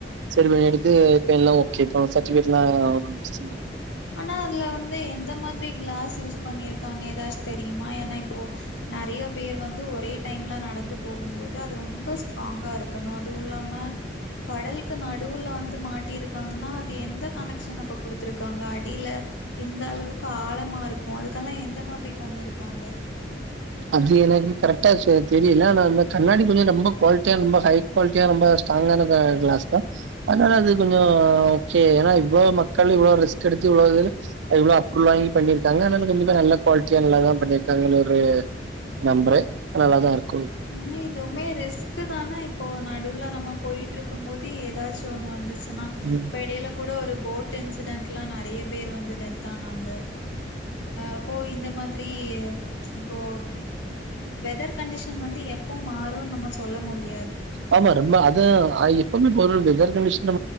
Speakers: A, on the right; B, on the left.
A: சரி பண்ணி எடுத்து இப்ப எல்லாம் ஓகே இ சரிபிகேட்லாம் வந்துச்சு
B: ஆனா அதுல வந்து எந்த மாதிரி கிளாஸ் யூஸ் பண்ணிருக்காங்க ஏதாச்சும் தெரியுமா ஏன்னா இப்போ நிறைய பேர் வந்து ஒரே டைம்ல நடந்து போகும் போது அது ரொம்ப ஸ்ட்ராங்கா இருக்கணும் அதுவும் இல்லாம கடலுக்கு நடுவுல வந்து மாட்டிருக்காங்கன்னா அது எந்த கனெக்ஷன் அப்ப குடுத்துருக்காங்க இல்ல எந்த அளவுக்கு காலமா இருக்கும் அதுக்கெல்லாம் எந்த மாதிரி பண்ணியிருக்காங்க
A: அது ஏனாது கரெ்ட் தெரியல நான் அந்த கண்ணாடி கொஞ்சம் ரொம்ப குவாலிட்டியா ரொம்ப ஹை குவாலிட்டியா ரொம்ப ஸ்ட்ராங்கான கிளாஸ் தான் அதனால அது கொஞ்சம் ஓகே ஏன்னா இவ்வளோ மக்கள் இவ்வளோ ரிஸ்க் எடுத்து இவ்ளவு இவ்ளோ அப்படிள்ளாங்கி பண்ணிருக்கு கங்கனாலும் கண்டிப்பா நல்ல குவாலிட்டியா நல்லா தான் பண்ணிருக்காங்க ஒரு நம்புறேன் நல்லாதான் இருக்
B: ங்க இதுவுமே ரிஸ்க் தானே இப்போ நடுவுல நம்ம போயிட்டு இருக் கும் போது ஏதாச்சும் ஒன்னு வந்துச்சு னா
A: ம்.
B: இப்ப இடயில கூட ஒரு போட் டு இன்சிடென்ட் எல்லாம் நெறைய பேர் வந்து டெத் ஆனாங்க அப்போ இந்த மாதிரி இப்போ வெதர் கண்டிஷன் வந்து எப்போ மாறும் நம்ம சொல்ல முடி
A: ஆமா ரொம்ப அதான் ஆயி எப்போமே வெதர் கண்டஷன்